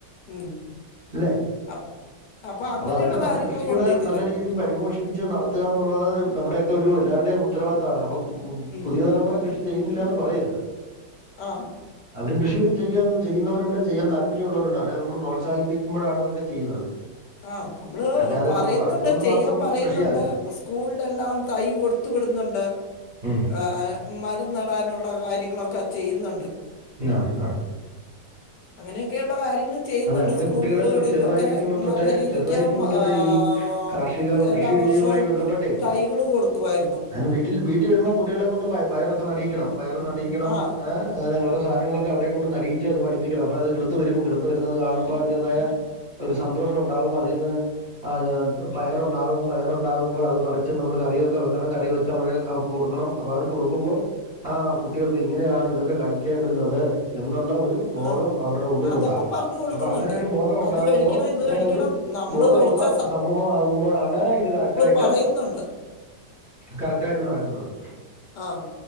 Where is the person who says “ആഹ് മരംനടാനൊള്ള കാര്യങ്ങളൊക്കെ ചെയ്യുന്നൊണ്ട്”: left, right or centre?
Left